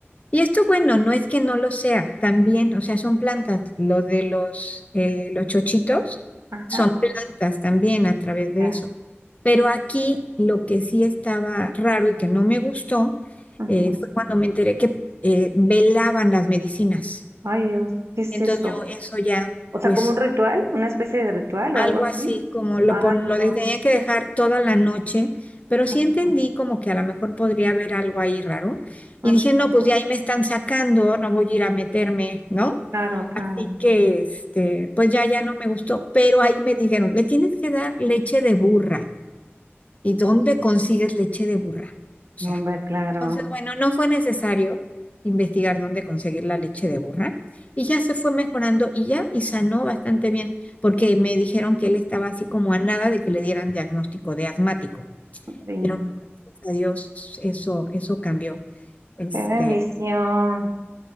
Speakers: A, on the left; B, on the right.
A: Y esto, bueno, no es que no lo sea, también, o sea, son plantas. Lo de los, eh, los chochitos
B: Ajá,
A: son plantas también a través de
B: ya.
A: eso. Pero aquí lo que sí estaba raro y que no me gustó
B: ujú.
A: eh, fue cuando me enteré que eh, velaban las medicinas.
B: Ay, Dios, ¿qué es
A: Entonces
B: eso?
A: yo eso ya,
B: O sea,
A: pues
B: como un ritual, una especie de ritual o algo
A: algo
B: así.
A: así como lo,
B: Ay,
A: pon- lo
B: no.
A: de- tenía que dejar toda la noche, pero sí
B: ujú,
A: entendí como que a lo mejor podría haber algo ahí raro.
B: ujú.
A: Y dije, no, pues de ahí me están sacando, no voy a ir a meterme, ¿no?
B: Claro, claro.
A: y que este, pues ya, ya no me gustó, pero ahí me dijeron, le tienes que dar leche de burra. ¿Y dónde consigues leche de burra? O
B: No,
A: sea,
B: hombre, claro.
A: entonces, bueno, no fue necesario investigar dónde conseguir la leche de burra y ya se fue mejorando y ya, y sanó bastante bien, porque me dijeron que él estaba así como a nada de que le dieran diagnóstico de asmático,
B: Ay, no.
A: pero no, gracias a Dios, eso, eso cambió. Este,
B: Qué bendición.